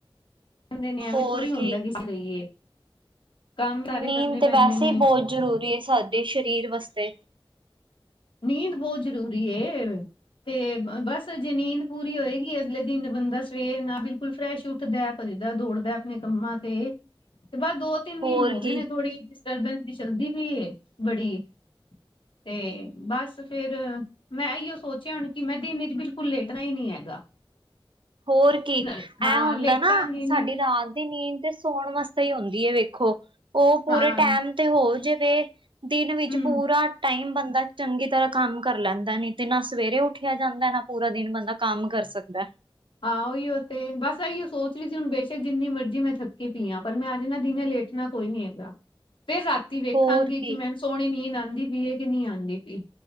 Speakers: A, on the left; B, on the right.
A: ਕਦੇ ਨੇ ਐਵੇਂ
B: ਹੋਰ
A: ਥੋੜ੍ਹੀ ਹੁੰਦਾ
B: ਕੀ
A: ਕਿ <unintelligible> ਲਈਏ ਕੰਮ ਸਾਰੇ
B: ਨੀਂਦ
A: ਕਰਨੇ
B: ਤੇ
A: ਪੈਂਦੇ
B: ਵੈਸੇ
A: ਨੇ।
B: ਹੀ ਬਹੁਤ ਜ਼ਰੂਰੀ ਐ ਸਾਡੇ ਸਰੀਰ ਵਾਸਤੇ,
A: ਨੀਂਦ ਬਹੁਤ ਜ਼ਰੂਰੀ ਐ। ਤੇ ਬਸ ਜੇ ਨੀਂਦ ਪੂਰੀ ਹੋਏਗੀ ਅਗਲੇ ਦਿਨ ਬੰਦਾ ਸਵੇਰ ਨਾ ਬਿਲਕੁਲ ਫਰੈਸ਼ ਉੱਠਦਾ। ਭੱਜਦਾ ਦੌੜਦਾ ਆਪਣੇ ਕੰਮਾਂ ਤੇ, ਤੇ ਬਸ ਦੋ ਤਿੰਨ
B: ਹੋਰ
A: ਦਿਨ ਹੋ ਗਏ
B: ਕੀ
A: ਨੇ ਥੋੜੀ ਡਿਸਟਰਬੈਂਸ ਦੀ ਚਲਦੀ ਪਈ ਏ ਬੜੀ ਤੇ ਬਸ ਫਿਰ ਮੈਂ ਐਇਉ ਸੋਚਿਆ ਹੁਣ ਕਿ ਮੈਂ ਦਿਨ ਬਿਲਕੁਲ ਲੇਟਣਾ ਈ ਨੀ ਹੈਗਾ। <inaudible>
B: ਹੋਰ ਕੀ
A: ਨ-
B: ਐ
A: ਹਾਂ
B: ਹੁੰਦਾ
A: ਲੇਟਾਂਗੀ
B: ਨਾ ਸਾਡੀ
A: ਨੀ
B: ਰਾਤ ਤੇ ਨੀਂਦ ਤੇ ਸੋਣ ਵਾਸਤੇ ਈ ਹੁੰਦੀ ਐ ਵੇਖੋ ਉਹ ਪੂਰੇ
A: ਹਾਂ
B: ਟਾਈਮ ਤੇ ਹੋ ਜਾਵੇ, ਦਿਨ ਵਿੱਚ
A: ਹੂੰ
B: ਪੂਰਾ ਟਾਈਮ ਬੰਦਾ ਚੰਗੀ ਤਰ੍ਹਾਂ ਕੰਮ ਕਰ ਲੈਂਦਾ ਨਹੀ ਤੇ ਨਾ ਸਵੇਰੇ ਉੱਠਿਆ ਜਾਂਦਾ ਨਾ ਪੂਰਾ ਦਿਨ ਬੰਦਾ ਕੰਮ ਕਰ ਸਕਦਾ।
A: ਆਹ ਹੀ ਉਈਉ ਤੇ ਬਸ ਇਹੀਓ ਸੋਚ ਰੀ ਸੀ ਹੁਣ ਬੇਸ਼ੱਕ ਜਿੰਨੀ ਮਰਜ਼ੀ ਮੈਂ ਥੱਕੀ ਪੀ ਆ ਪਰ ਮੈਂ ਅੱਜ ਨਾ ਦਿਨੇ ਲੇਟ ਣਾ ਕੋਈ ਨੀ ਹੈਗਾ, ਫੇਰ ਰਾਤੀ ਵੇਖਾਂਗੇ
B: ਹੋਰ ਕੀ
A: ਕਿ ਮੈਂ ਸੋਹਣੀ ਨੀਂਦ ਆਂਦੀ ਪਈ ਐ ਕਿ ਨੀਂ ਆਂਦੀ ਪਈ